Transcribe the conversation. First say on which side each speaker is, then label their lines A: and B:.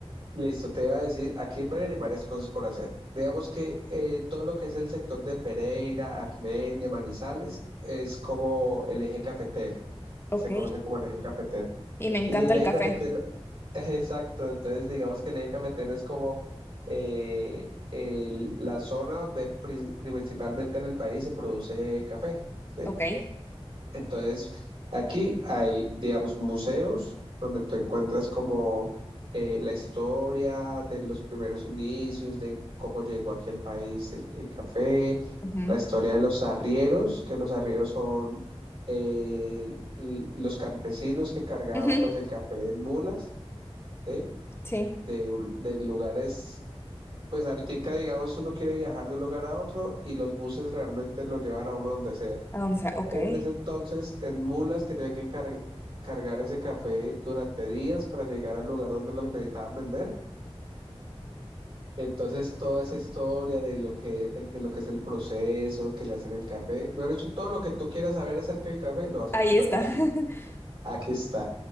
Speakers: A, on the right; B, on the left.
A: Listo, te iba a decir, aquí en Pereira hay varias cosas por hacer. Digamos que eh, todo lo que es el sector de Pereira, Armenia, Manizales, es como el eje cafetero, que
B: Ok.
A: se conoce como el eje cafetero.
B: Y me encanta
A: Y el eje
B: el café.
A: cafetero, <laughs> exacto, entonces digamos que el eje cafetero es como eh, el- la zona donde pri- principalmente en el país se produce café, ¿sí?
B: Ok.
A: Entonces, aquí hay, digamos, museos donde tú encuentras como eh, la historia de los primeros inicios, de cómo llegó aquí al país el, el café,
B: ujú,
A: la historia de los arrieros, que los arrieros son eh, l- los campesinos que cargaban
B: ujú,
A: pues el café en mulas, ¿sí?
B: Sí.
A: De, un- de lugares, pues ahorita digamos uno quiere viajar de un lugar a otro y los buses realmente lo llevan a uno donde sea.
B: ¿A dónde sea? Ok.
A: Pero
B: Ahí
A: en ese entonces, en mulas tenían que car- cargar ese café durante días para llegar al lugar donde lo necesitaban vender. Entonces, toda esa historia de lo que, el- de lo que es el proceso, que le hacen el café, mejor dicho, todo lo que tú quieras saber acerca del café, lo vas a encontrar
B: está.
A: aquí.
B: <laughs>
A: Aquí está.